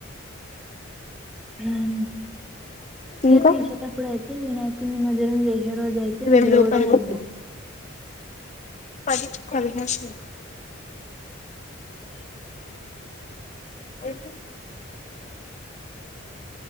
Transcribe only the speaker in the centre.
హ్మ్ యతీష
కప్పుడయితే వినాయ కొన్ని మందిరం చేయి ఏ రోజు అయితే
నిద్ర
కూడా పోం మరి